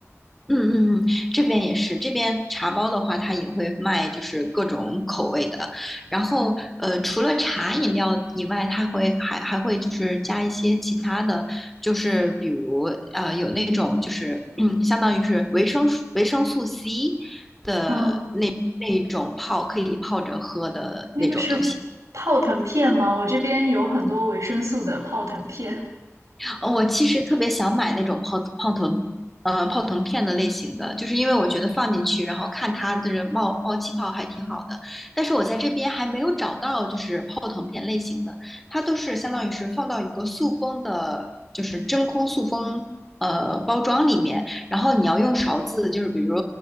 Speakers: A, in the centre; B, on the right.
A: 嗯嗯嗯，这边也是，这边茶包的话，它也会卖，就是各种口味的。然后，呃，除了茶饮料以外，它会还还会就是加一些其他的，就是比如呃，有那种就是嗯，相当于是维生素维生素 C 的那那一种泡可以泡着喝的那种东西。
B: 嗯，那个是泡腾片吗？我这边有很多维生素的泡腾片，
A: 哦我其实特别想买那种泡泡腾，呃，泡腾片的类型的，就是因为我觉得放进去，然后看它就是冒冒气泡还挺好的。但是我在这边还没有找到就是泡腾片类型的，它都是相当于是放到一个塑封的，就是真空塑封。呃，包装里面，然后你要用勺子，就是比如